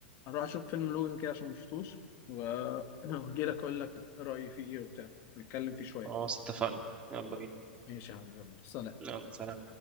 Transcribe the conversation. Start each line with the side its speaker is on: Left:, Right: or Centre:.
Left: أروح أشوف فيلم لوجن كده عشان مشفتوش و- <clears throat> وأجيلك أقول لك رأيي فيه إيه وبتاع نتكلم فيه شوية
Right: خلاص اتفقنا يلا بينا
Left: ماشي يا حبيبي يلا. سلام
Right: يلا سلام